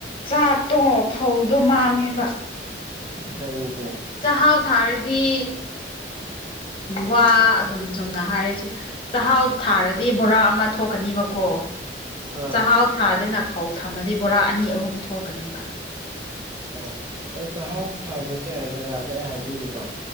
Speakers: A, on the left (about 30°); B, on the right (about 20°).
A: ꯆꯥꯛꯇꯣ ꯐꯧꯗꯣ ꯃꯥꯡꯉꯦꯕ
B: ꯀꯩ
A: ꯆꯥꯛꯍꯥꯎ ꯊꯥꯔꯗꯤ ꯋꯥ ꯑꯗꯨꯝ ꯁꯨꯝ ꯁꯨꯝ ꯅ ꯍꯥꯏꯔꯁꯨ ꯆꯥꯛꯍꯥꯎ ꯊꯥꯔꯗꯤ ꯕꯣꯔꯥ ꯑꯃ ꯊꯣꯛ ꯀꯅꯤꯕꯀꯣ
B: ꯍꯣꯏ
A: ꯆꯥꯛꯍꯥꯎ ꯊꯥꯗꯅ ꯐꯧ ꯊꯝꯃꯗꯤ ꯕꯣꯔꯥ ꯑꯅꯤ ꯑꯍꯨꯝ ꯊꯣꯛꯀꯅꯤꯕ
B: ꯑꯣ ꯑꯗꯨ ꯆꯥꯛꯍꯥꯎ ꯐꯕꯁꯦ ꯖꯒꯥꯁꯦ ꯑꯩ ꯍꯥꯏꯕꯤꯒꯦꯀꯣ